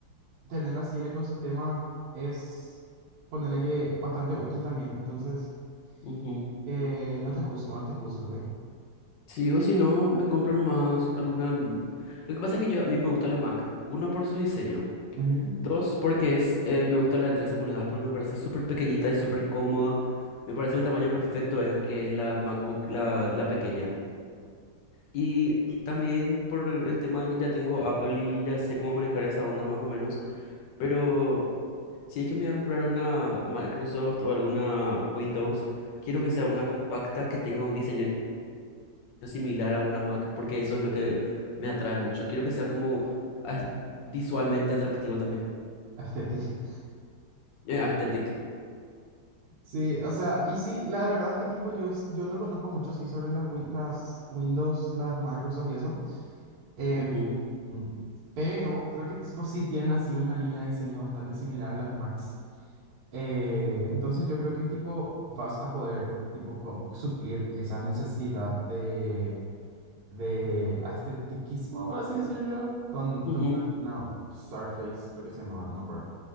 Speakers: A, on the right; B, on the left.
A: tener así el ecosistema es, ponerle que, bastante útil también. Entonces,
B: ujú.
A: eh, no te juzgo, no te juzgo, hey.
B: Sí, o si no, me compro nomás alguna... Lo que pasa es que yo, a mí me gusta la Mac. Uno, por su diseño.
A: Ujú,
B: Dos, porque es, eh, me gusta la de 13 pulgadas porque me parece súper pequeñita y súper cómoda. Me parece el tamaño perfecto, es que es la MacBook, la, la pequeña. Y también por el tema de que ya tengo Apple y ya sé cómo manejar esa onda más o menos, pero si es que me voy a comprar una Microsoft o alguna Windows, quiero
A: Sí,
B: que sea una compacta que tenga un diseño similar a una Mac, porque eso es lo que me atrae mucho. Quiero que sea como as- visualmente atractivo también.
A: estética. <laughs>
B: Eh, aesthetic.
A: Sí, o sea, y sí, la verdad es que tipo, yo, yo no conozco mucho, sí, sobre las, win- las Windows, las Microsoft y eso. Em,
B: Ujú,
A: mm, pero creo que tipo, sí tienen así una línea de diseño bastante similar a las Macs. Eh, entonces yo creo que tipo vas a poder tipo co- suplir esa necesidad de, de estetiquismo, por así decirlo, con,
B: ujú.
A: con una, una Surface, creo que se llamaba, no me acuerdo.